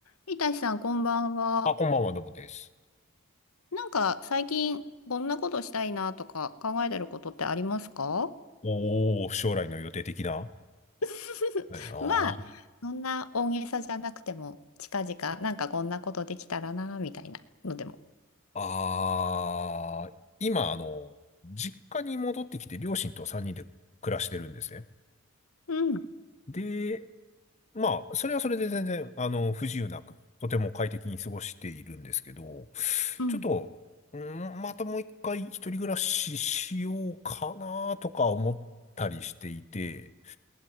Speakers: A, on the left; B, on the left.
A: いたしさん、こんばんは。
B: あ、こんばんは、どうもです。
A: なんか、最近、こんなことしたいなとか考えてることってありますか
B: おー、将来の予定的な
A: <laughs>
B: ええな
A: まあ、そんな大げさじゃなくても、近々、なんかこんなことできたらな、みたいなのでも。
B: ああー、今、あの、実家に戻ってきて、両親と3人で暮らしてるんですね。
A: うん、
B: で、まあ、それはそれで全然、あの、不自由なく、とても快適に過ごしているんですけど、
A: うん。
B: ちょっと、うん、またもう一回一人暮らししようかなとか思ったりしていて、